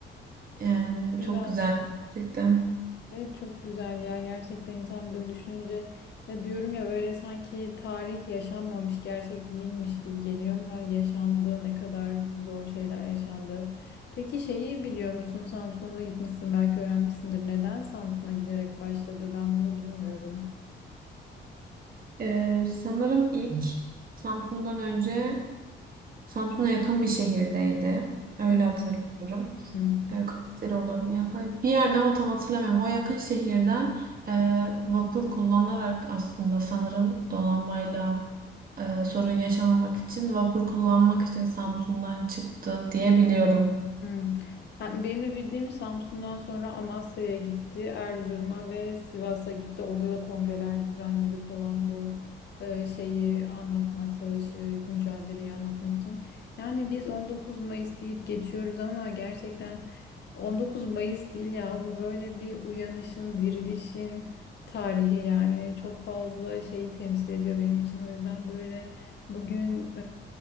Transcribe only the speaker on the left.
Güzel.
Evet çok güzel ya. Gerçekten insan böyle düşününce ya diyorum ya böyle sanki tarih yaşanmamış, gerçek değilmiş gibi geliyor ama yaşandı, ne kadar zor şeyler yaşandı. Peki şeyi biliyor musun? Samsun'a da gitmişsin belki öğrenmişsindir. Neden Samsun'a giderek başladı? Ben bunu bilmiyorum.
Hı
hı.
Hmm. Ben- Benim de bildiğim Samsun'dan sonra Amasya'ya gitti, Erzurum'a ve Sivas'a gitti. Orada da kongreler düzenledi falan bu e, şeyi anlatmak, savaşı, mücadeleyi anlatmak için. Yani biz 19 Mayıs deyip geçiyoruz ama gerçekten 19 Mayıs değil ya bu böyle bir uyanışın, dirilişin tarihi yani çok fazla şeyi temsil ediyor benim için. O yüzden böyle bugün